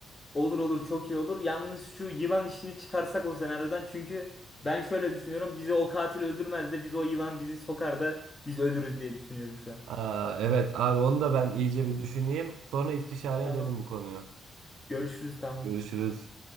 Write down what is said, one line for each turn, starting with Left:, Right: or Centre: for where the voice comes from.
Left: Olur olur çok iyi olur. Yalnız şu yılan işini çıkarsak o senaryodan çünkü ben şöyle düşünüyorum. Bizi o katil öldürmez de biz o yılan bizi sokar da biz ölürüz diye düşünüyorum şu an.
Right: Aa, evet abi onu da ben iyice bir düşüneyim. Sonra istişare
Left: Tamam.
Right: edelim bu konuyu.
Left: Görüşürüz tamam.
Right: Görüşürüz.